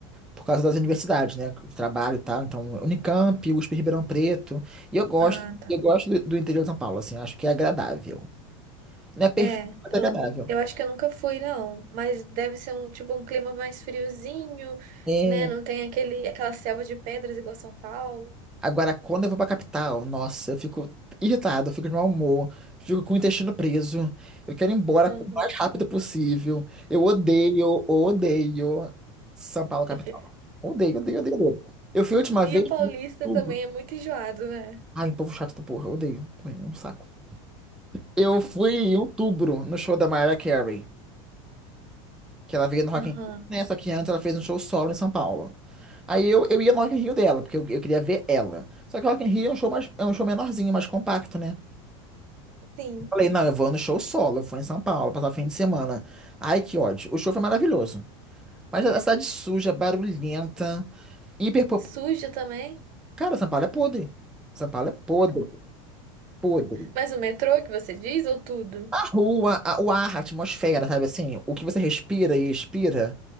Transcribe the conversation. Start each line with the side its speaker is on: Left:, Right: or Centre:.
Centre: por causa das universidades, né? Trabalho e tal. Então, Unicamp, USP Ribeirão Preto. E eu gosto,
Right: Ah, tá.
Centre: eu gosto do, do interior de São Paulo, assim, acho que é agradável. Não é perfeito,
Right: É,
Centre: mas é agradável.
Right: eu acho que eu nunca fui, não. Mas deve ser um tipo um clima mais friozinho,
Centre: É,
Right: né? Não tem aquele, aquela selva de pedras igual São Paulo.
Centre: agora, quando eu vou pra capital, nossa, eu fico irritado, eu fico de mau humor, fico com o intestino preso. Eu quero ir embora
Right: Uhum.
Centre: o mais rápido possível. Eu odeio, odeio São Paulo capital.
Right: <laughs>
Centre: Odeio, odeio, odeio, odeio. Eu fui a última
Right: E
Centre: vez
Right: o paulista
Centre: em outubro.
Right: também é muito enjoado, né?
Centre: Ai, povo chato da porra, odeio. Também, é um saco. Eu fui em outubro no show da Mariah Carey, que ela veio no Rock
Right: Aham.
Centre: in Rio, né? Só que antes ela fez um show solo em São Paulo. Aí eu, eu ia no Rock in Rio dela, porque eu, eu queria ver ela. Só que o Rock in Rio é um show mais, é um show menorzinho, mais compacto, né?
Right: Sim.
Centre: Falei, não, eu vou no show solo, eu fui em São Paulo, passar o fim de semana. Ai, que ódio. O show foi maravilhoso. Mas a a cidade suja, barulhenta, hiper
Right: Suja também.
Centre: Cara, São Paulo é podre. São Paulo é podre, podre.
Right: Mas o metrô que você diz, ou tudo?
Centre: A rua, a- o ar, a atmosfera, sabe assim? O que você respira e expira.